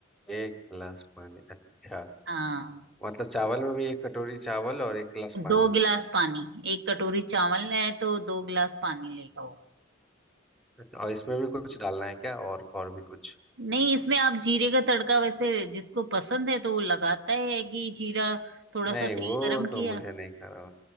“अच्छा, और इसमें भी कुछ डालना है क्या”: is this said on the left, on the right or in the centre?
Centre